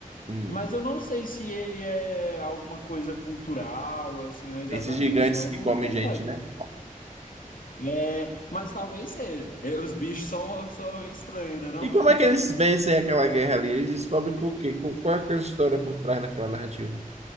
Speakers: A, on the right; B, on the left.
A: Hum,
B: Mas eu não sei se ele é alguma coisa cultural, assim, ou exatamente,
A: esses gigantes
B: é uma
A: que comem
B: curiosidade.
A: gente, né?
B: É, mas talvez seja. É, Os bichos são, são estranhos, né, não?
A: E como é que eles vencem aquela guerra ali? Eles descobrem que o quê? Com- Qual é aquela história por trás daquela narrativa?